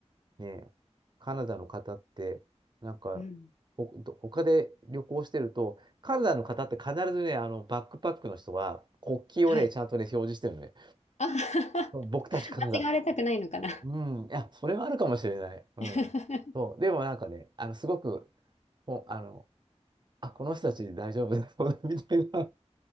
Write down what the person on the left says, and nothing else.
うん。
はい。
あ
<laughs> 間違われたくないのかな。
<laughs>